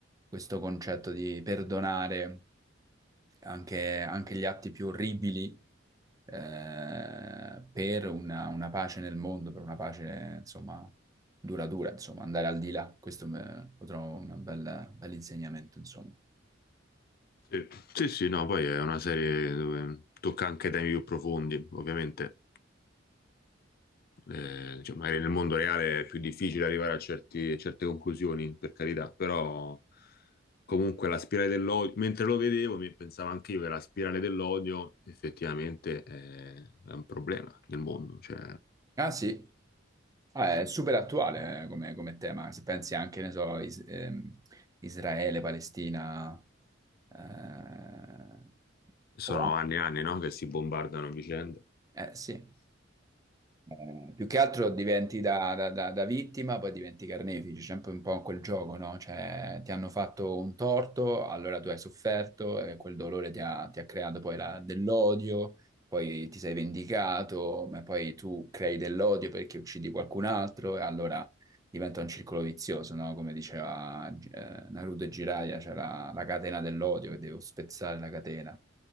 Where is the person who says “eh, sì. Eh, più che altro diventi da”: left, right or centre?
Right